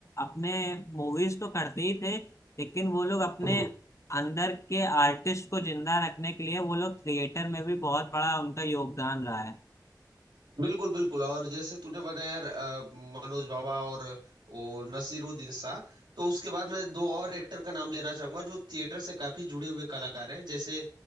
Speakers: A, on the left; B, on the right.
A: अपने मूवीज तो करते ही थे लेकिन वो लोग अपने
B: हम्म
A: अंदर के आर्टिस्ट को जिंदा रखने के लिए वो लोग थिएटर में भी बहुत बड़ा उनका योगदान रहा है
B: बिल्कुल बिल्कुल और जैसे तूने बताया यार अ, मनोज बावा और वो नसीरुद्दीन शाह तो उसके बाद मैं दो और एक्टर का नाम लेना चाहूंगा जो थिएटर से काफी जुड़े हुए कलाकार हैं जैसे